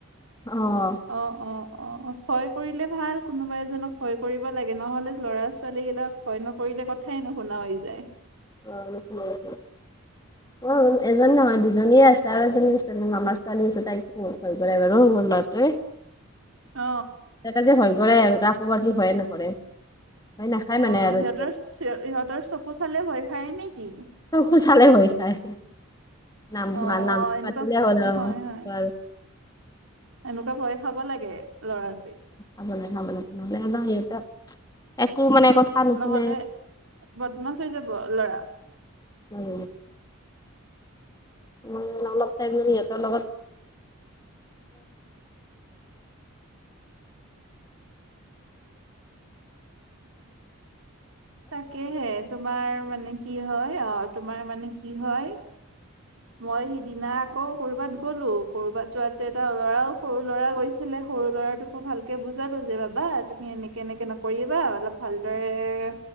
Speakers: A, on the left; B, on the right.
A: অহ।
B: অ', অ', অ', ভয় কৰিলে ভাল কোনোবা এজনক ভয় কৰিব লাগে নহ'লে ল'ৰা- ছোৱালীগিলাক ভয় নকৰিলে কথাই নুশুনা হৈ যায়।
A: <unintelligible> এজনী নহয় দুজনীয়ে আছে আৰু এজনী আছে মামা ছোৱালী আছে তাইক হৈ পৰে বাৰু মোৰ ল'ৰাটোৱে। <unintelligible>
B: অ,
A: তাকে যে ভয় কৰেৰে আৰু কাকো বাকি ভয়ে নকৰে ভ নাখায়
B: অ
A: মানে আৰু
B: সিহঁতৰ সিহঁতৰ চকু চালে ভয় খায় নেকি।
A: চকু চালে ভয় খায় নাম
B: অ
A: নাম
B: এনেকুৱা
A: মাতিলে হ'ল আৰু
B: হয় হয়
A: আৰু
B: এনেকুৱা ভয় খাব লাগে ল'ৰাটোৱে।
A: খাব লাগে খাব লাগে নহলে ন সিহত একো মানে কথা। নুশুনে
B: নহলে বদমাছ হৈ যাব ল'ৰা।
A: হৈ যাব। মই অলপ টাইম সিহঁতৰ লগত।
B: তাকেহে তোমাৰ মানে কি হয় অ তোমাৰ মানে কি হয়। মই সিদিনা আকৌ কৰবাত গ'লো কৰবাত যোৱাতে এটা ল'ৰাও সৰু ল'ৰা গৈছি লে সৰু ল'ৰাটোক মই ভালকে বুজালো যে বাবা তুমি এনেকে এনেকে নকৰিয়াবা অলপ ভালদৰে।